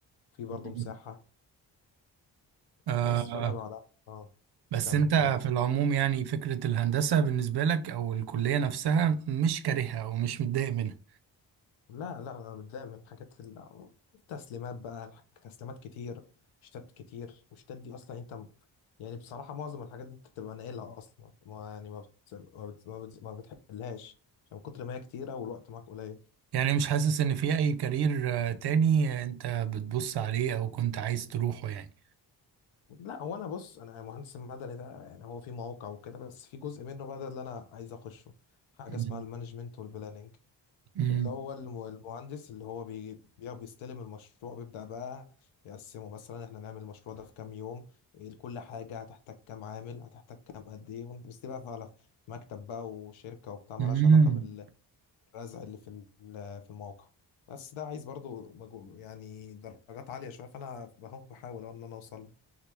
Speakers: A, on the left; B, on the right.
A: في برضه
B: مم.
A: مساحه
B: آه
A: بس فانا بقى لا اه
B: بس
A: كمل
B: انت
A: قول
B: في العموم يعني فكرة الهندسة بالنسبة لك او الكلية نفسها مش كارهها ومش متضايق منها
A: لا لا انا متضايق من الحاجات ال- التسليمات بقى الح- تسليمات كتير شتات كتير والشتات دي اصلا انت م- يعني بصراحه معظم الحاجات دي انت بتبقى ناقلها اصلا ما يعني ما بت... ما, بت... ما, بت... ما بتحلهاش عشان من كتر ما هي كتيره والوقت معاك قليل
B: يعني مش حاسس ان في اي كارير آه، تاني انت بتبص عليه او كنت عايز تروحه يعني
A: لا هو انا بص انا مهندس المدني ده يعني هو في موقع وكده بس في جزء منه بقى ده اللي انا عايز اخشه حاجه
B: مم.
A: اسمها المانجمنت والبلاننج
B: مم.
A: اللي هو الم- المهندس اللي هو بي بي- بيستلم المشروع بيبدأ بقى يقسمه مثلا احنا نعمل المشروع ده في كام يوم إيه كل حاجة هتحتاج كام عامل هتحتاج كام قد ايه وانت بس دي بقى على مكتب بقى وشركة وبتاع ملهاش
B: مم.
A: علاقة بالرزع اللي في ال- في الموقع بس ده عايز برضو مجهو- يعني درجات عالية شوية فأنا بحاول بحاول أهو إن أنا أوصل له.